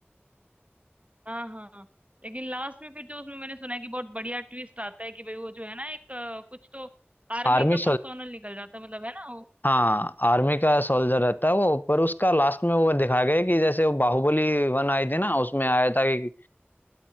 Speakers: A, on the right; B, on the left.
A: हाँ हाँ हाँ लेकिन लास्ट में फिर जो उसमें मैंने सुना है कि बहुत बढ़िया ट्विस्ट आता है कि भाई वो जो है ना एक अ, कुछ तो आर्मी
B: आर्मी
A: का पर्सोनल निकल जाता है मतलब है ना
B: हाँ आर्मी का सोल्जर रहता है वो पर उसका लास्ट में वो दिखाया गया है कि जैसे वो बाहुबली वन आई थी ना उसमें आया था कि